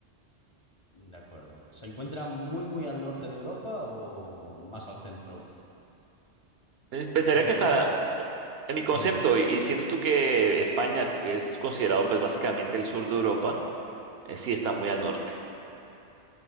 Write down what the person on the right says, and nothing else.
Eh, Pensaría
que
hasta o- en mi concepto,
y y siendo tú que España es considerado pues básicamente el sur de Europa, eh, sí está muy al norte.